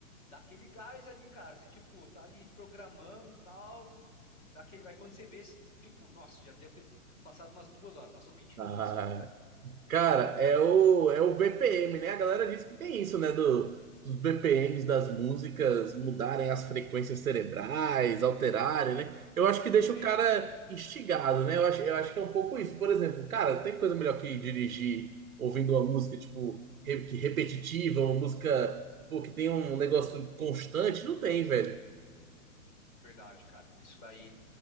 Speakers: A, on the left; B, on the right.
A: Dá aquele gás ali, cara, você tipo, tá ali programando, tal, dá aquele, vai quando você vê, tipo, nossa, já devo ter passado umas duas horas, passou vinte
B: Ah,
A: minutos só.
B: Cara, é o, é o BPM, né? A galera diz que tem isso, né? Do, dos BPMs das músicas mudarem as frequências cerebrais, alterarem, né? Eu acho que deixa
A: Tem.
B: o cara instigado, né? Eu acho, eu acho que é um pouco isso. Por exemplo, cara, tem coisa melhor que dirigir ouvindo uma música, tipo, re- que repetitiva,
A: Hum,
B: uma música, pô, que tem um negócio constante? Não tem, velho.
A: Verdade, cara. Isso daí